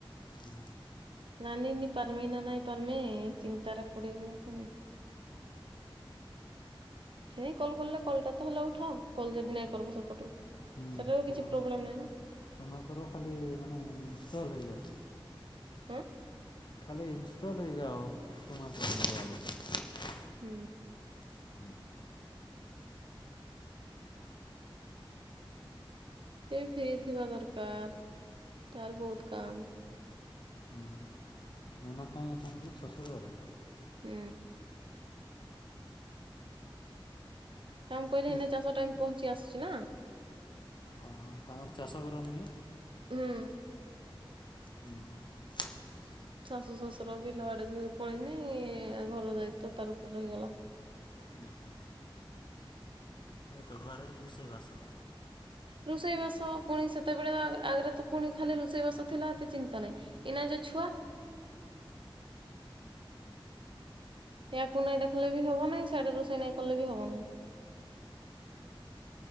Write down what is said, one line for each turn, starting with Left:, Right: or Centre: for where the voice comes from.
Left: ହୁଁ।
Right: ନା ନି ନି ପାରମେ ନା ନାଇଁ ପାରମେ ଚିନ୍ତାରେ ପଡିଯାଉ ସମ୍ ଛେଇ କଲ କଲେ କଲଟା ତ ହେଲେ ଉଠାଓ। କଲ ଯଦି ନାଇଁ କରବୁ ସେପଟୁ
Left: ହୁଁ
Right: ସେଟାରୁ
Left: ତୁମ
Right: କିଛି ପ୍ରୋବ୍ଲେମ ନାହିଁ ନା
Left: ତୁମଙ୍କର ଖାଲି ମାନେ ଇନଷ୍ଟଲ ହେଇଯାଏ।
Right: ହଁ।
Left: ଖାଲି ଇନ୍ଷ୍ଟଲ ହେଇଯାଅ ତୁମକୁ <unintelligible>
Right: ହୁଁ।
Left: <inaudible>
Right: ସେ ଫେରି ଥିବା ଦର୍କାର୍। ତାର୍ ବହୁତ କାମ୍।
Left: ହ ହ ମୋନା କାଇଁ ଅଛନ୍ତି ଶ୍ୱଶୁର ଗରେ।
Right: ହୁଁ। କାମ୍ କଇଲେ
Left: କି
Right: ଏଇନେ ଚାସ ଟାଇମ ପହଞ୍ଚ୍ ଚି ଆସ୍ଚି ନାଆ।
Left: ଓହୋ ତାଙ୍କର ଚାଷ କରନି କି?
Right: ହୁଁ।
Left: ହୁଁ।
Right: ଶାଶୁ ଶ୍ୱଶୁର ବିଲ ଆଡେ ଯେ ପଳେଇନି ଘର ଦାଇତ୍ବ ତାର ଉପରେ ରହିଗଲା।
Left: ହୁଁ ହୁଁ। ଏ ତ ଘରେ ରୋଷେଇବାସ
Right: ରୁଷେଇ ବାସ ପୁଣି ସେତେବେଳେ ଆ-ଆଗରେ ତ ପୁଣି ଖାଲି ରୋଷେଇ ବାସ ଥିଲା ଏତେ ଚିନ୍ତା ନାଇଁ ଇନା ଯେ ଛୁଆ। <inaudible> ସେଆକୁ ନେଇ ଦେଖଲେ ବି ହବ ନାହିଁ ସେଆଡ ରୋଷେଇ ନାଇ କଲେ ବି ହବ ନାହିଁ।